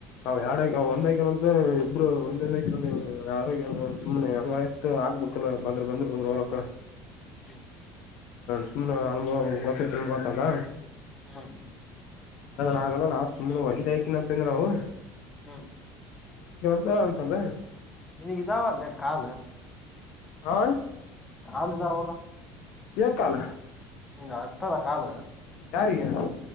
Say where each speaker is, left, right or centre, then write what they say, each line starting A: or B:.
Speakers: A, on the left; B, on the left.
A: ಅವ ಎರಡ್ ಒಂದ್ಐಕಂತ ಒಬ್ರು ಒಂದಂದ ಆರೋಗ್ಯ ಸುಮ್ನೆ ಹಂಗೈತ್ ಆಗ್ಬೇಕಲ್ವಾ ಬಂದ್ರು ಬಂದ್ರು- ಹೋ- ಹೋಲಕ
B: ಹ್ಮ್
A: ಸುಮ್ನೆ ಅನುಭವ ಗೊತ್ತತ್ತುತಲ್ಲ.
B: ಹ್ಮ್
A: ನಾಗ ನಾ ಸುನೆ ಒಂದ ಆಯ್ಕೆ ನಂತಂದವು.
B: ಹ್ಮ್
A: ಅ -ಅಂತಂದ್ರೆ.
B: ಇನಗೆ ಇದಾವ ಅಲ್ಲೆ ಕಾಲು
A: ಹಾ
B: ಕಾಲ್ದಾರವಲ್ಲ.
A: ಏಕಾಲ.
B: ಹ -ಹತ್ತದ ಕಾಲ
A: ಯಾರಿಗೆ